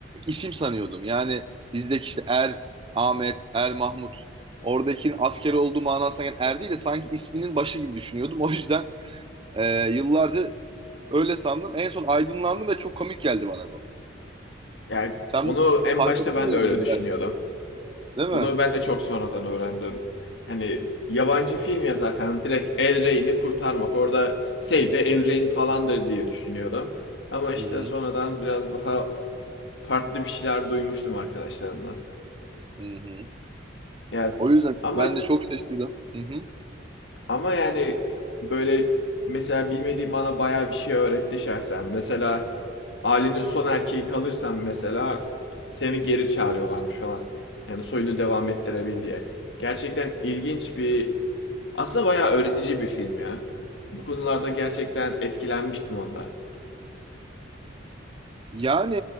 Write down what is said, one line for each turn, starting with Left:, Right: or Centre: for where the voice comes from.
Right: isim sanıyordum. Yani bizdeki işte Er, Ahmet, Er Mahmut oradakinin asker olduğu manasına gelen Er değil de sanki isminin başı gibi düşünüyordum. <laughs> O yüzden e, yıllarca öyle sandım. En son aydınlandım ve çok komik geldi bana bu.
Left: Yani
Right: Sen
Left: onu
Right: bunu
Left: en
Right: farkında
Left: başta ben
Right: mıydın?
Left: de öyle düşünüyordum.
Right: Yani? Değil mi?
Left: Bunu ben de çok sonradan öğrendim. Hani yabancı film ya zaten direkt El Rey'ni kurtarmak. Orada Save the El Rey'in falandır diye düşünüyordum. Ama işte
Right: Hı hı,
Left: sonradan biraz daha farklı bir şeyler duymuştum arkadaşlarımdan.
Right: hı hı.
Left: Ya
Right: O yüzden
Left: ama
Right: ben de çok şaşırdım. Hı hı.
Left: ama yani böyle mesela bilmediğim bana bayağı bir şey öğretti şahsen. Mesela ailenin son erkeği kalırsan mesela seni geri çağırıyorlarmış falan. Yani soyunu devam ettirebil diye. Gerçekten ilginç bir aslında bayağı öğretici bir film ya. Bu konularda gerçekten etkilenmiştim onda.
Right: Yani